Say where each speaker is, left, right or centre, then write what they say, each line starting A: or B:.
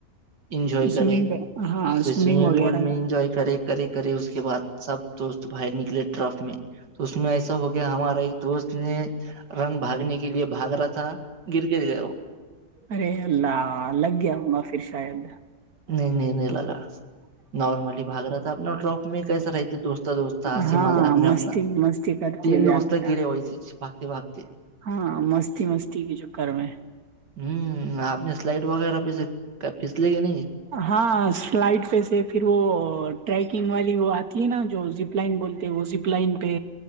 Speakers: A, on the right; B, on the right.
A: انجوائے
B: سوئمنگ
A: کرے
B: ہاں
A: پھر سوئمنگ
B: وغیرہ
A: پول میں انجوائے کرے کرے کرے اس کے بعد سب دوست باہر نکلے ٹرف میں تو اس میں ایسا ہو گیا ہمارا ایک دوست نے رن بھاگنے کے لیے بھاگ رہا تھا گر گر گیا وہ
B: ارے اللہ لگ گیا ہوں گا پھر شاید
A: نہیں نہیں نہیں لگا نارملی ھگ رہا تھا اپناراپ میں کیسا رہتے دوست دوست ہ
B: ہاں
A: مذاق میں
B: مستی
A: اپنا
B: مستی کرتی
A: تین
B: ہے زیادہ،
A: دوست گرے وئیس باگتے باگتے
B: ہاں مستی مستی کے چکر میں
A: ہوں آپ نے سلائڈ وغیرہ پہ سے پھیس لی کہ نہیں
B: ہاں سلائڈ پہ سے پھر وہ ٹریکنگ والی وہ آتی ہے نا جو زپ لائن بولتے ہیں وہ ز لائن پہ